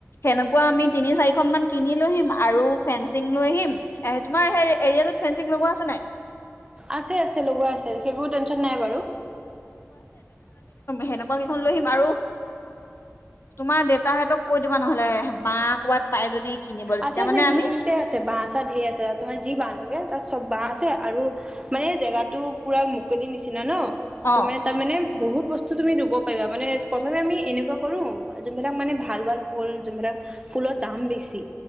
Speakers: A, on the left; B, on the right.
A: এনেকুৱা আমি তিনি চাৰিখন মান কিনি লৈ আহিম আৰু ফেঞ্চিং লৈ আহিম। এ তোমাৰ এৰিয়া তোত ফেঞ্চিং লগোৱা আছে নাই।
B: আছে আছে লগোৱা আছে সেইবোৰ টেনচন নাই বাৰু।
A: হেনেকুৱা কেইখন লৈ আহিম আৰু তোমাৰ দেউতাহতক কৈ দিবা। নহলে বাহ কবাত পাই যদি। কিনিবলৈ তেতিয়া
B: আছে-আছে
A: মানে
B: সেইখিনিতে
A: আমি
B: আছে বাঁহ চাহ ধেৰ আছে ত তোমাৰ যি বাঁহ লাগে তাত চব বাঁহ আছে। আৰু মানে জেগাটো পুৰা মুকলিৰ নিচিনা ন? ত
A: অ
B: মানে তাৰ মানে। বহুত বস্তু তুমি ৰুব পাৰিবা মানে প্ৰথমে আমি এনেকুৱা কৰো যোনবিলাক মানে ভাল-ভাল ফুল যোনবিলাক ফুলৰ দাম বেছি।